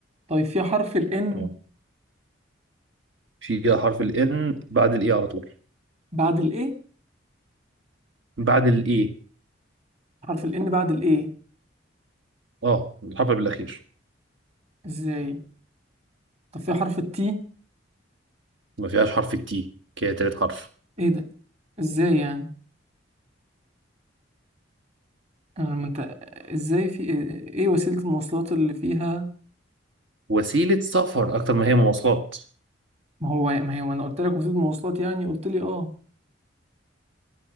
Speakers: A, on the right; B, on the right.
A: طيب فيها حرف الان
B: اه فيها حرف ال N بعد الاي على طول
A: بعد الاي
B: بعد الاي
A: حرف الان بعد الاي
B: اه الحرف بالاخير
A: ازاي طب فيها حرف التي
B: ما فيهاش حرف التي كده تالت حرف
A: ايه ده ازاي يعني انا ما انت ازاي في ايه وسيلة المواصلات اللي فيها
B: وسيلة سفر اكتر ما هي مواصلات
A: ما هو ما هي وانا قلت لك وسيلة مواصلات يعني قلت لي اه